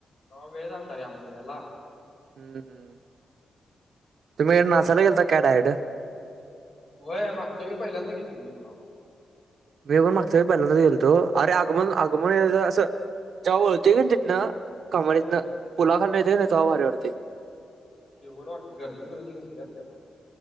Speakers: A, on the left (about 40°); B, on the right (about 55°).
A: तवा वेळ झालतारे आम्हाला याला.
B: हम् हम. तुम्ही नाचायला गेलता का डायरेक्ट?
A: होय मागच्या वेळी पहिल्यांदा गेलतो मी पण अहो.
B: मी पण मागच्या वेळी पहिल्यांदच गेलतो अरे आगमन आगमन याज असं जवा वळतो कानी तिथनं कमानितंन
A: हम्म
B: पुलाखाली येत तवा भारी वाटतय.
A: शेवट वाटते गर्दी बीर्दी कसली असते बा